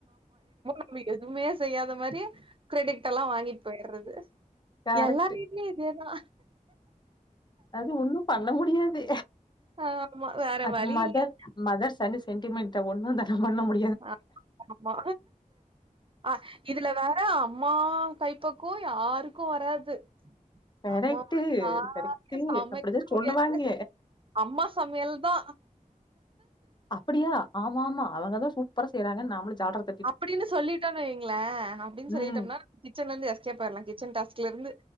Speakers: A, on the right; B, on the left.
A: நம்ப எதுவுமே செய்யாத மாரி கிரெடிட் எல்லா வாங்கிட்டு போயிட்றது
B: கரெக்ட்
A: எல்லார் வீட்லயு இதேதா
B: அது ஒண்ணு பண்ண முடியாது
A: ஆமா வேற
B: அது
A: வழி
B: மதர்
A: இல்லயா
B: மதர் சன் சென்டிமெண்ட்ட ஒன்னு வந்தாலு பண்ண முடி
A: ஆமா ஆமா ஆ இதுல வேற என்ன அம்மா கைப்பக்குவோ யாருக்கு வராது
B: கரெக்ட்
A: அம்மா மாரி யாரலயு
B: கரெக்ட்
A: சமைக்க
B: அப்படிதான்
A: முடியாது
B: சொல்லுவாங்க
A: அம்மா சமையல்தா
B: அப்டியா ஆமா ஆமா அவங்கதா சூப்பரா செய்யறாங்கன் நாமளு ஜால்ரா தட்
A: அப்டின்னு சொல்லிட்டாங்க எங்கள அப்டின் சொல்லிட்டம்னா
B: ம்
A: கிச்சன்ல இருந்து எஸ்கேப் ஆயிறலா கிச்சன் டாஸ்க்ல இருந்து